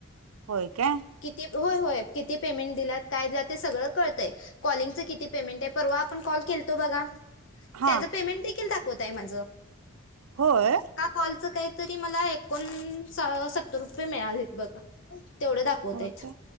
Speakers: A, on the right; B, on the left.
A: होय का.
B: किती होय होय किती पेमेंट दिलात काय ते सगळं कळंय कलिंगचं किती पेमेंट आहे परवा आपण कॉल खलतो बघा.
A: हा
B: त्या पेमें दावत मा
A: होय
B: क का तरी मला एकोण सत्तर रुपये मिळालेत बघा तेवढे दाखवत
A: हो
B: आहेत
A: का